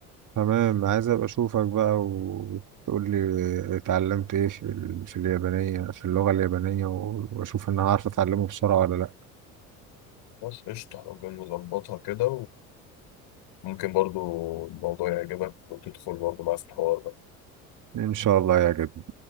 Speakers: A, on the right (about 45°); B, on the left (about 60°).
A: تمام عايز ابقى اشوفك بقى وتقول لي اتعلمت ايه في ال- في اليابانية في اللغة اليابانية و- واشوف انا عارف اتعلمه بسرعة ولا لا
B: خلاص قشطة لو كان نظبطها كده وممكن برضو الموضوع يعجبك وتدخل برضو معاه في الحوار ده
A: ان شاء الله يا جد